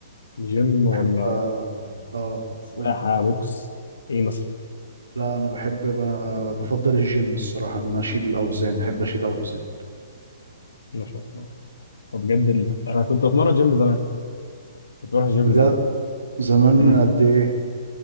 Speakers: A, on the left; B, on the right.
A: جيم
B: بحب
A: ولا
B: اه آه،
A: سباحة
B: قول
A: بوكس ايه مثلا
B: لا انا بحب ب- بفضل الجيم الصراحة ان انا اشيل الاوزان احب اشيل الاوزان
A: ما شاء الله وبجد ال... انا كنت بتمرن جيم زمان كنت بروح الجيم
B: بجد
A: زمان
B: زمان من
A: امم
B: قد ايه